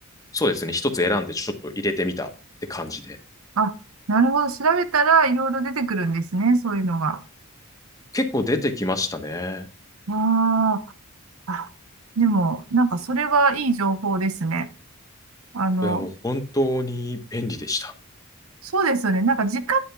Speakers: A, on the left; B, on the right.
A: そうですね、一つ選んでちょっと入れてみたって感じで、
B: あ、なるほど。調べたらいろいろ出てくるんですね。そういうのが。
A: 結構出てきましたね。
B: ああ。あ、でも、なんかそれはいい情報ですね。あの、
A: いや、もう本当に便利でした。
B: そうですよね。なんか時間